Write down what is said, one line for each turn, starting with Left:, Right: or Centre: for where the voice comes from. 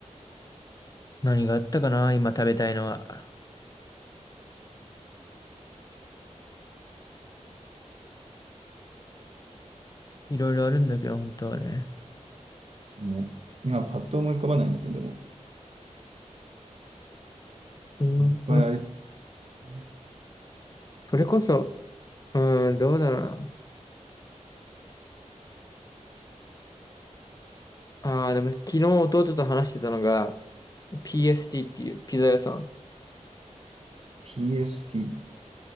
Left: 何があったかな、今食べたいのは。いろいろあるんだけど、本当はね。
Right: う。ね。今、パッと思い浮かばないね、でも。
Left: うーん、
Right: いっぱいありそう
Left: それこそ、うーん、どうだろうな。ああ、でも昨日弟と話してたのが、PST っていうピザ屋さん。
Right: PST。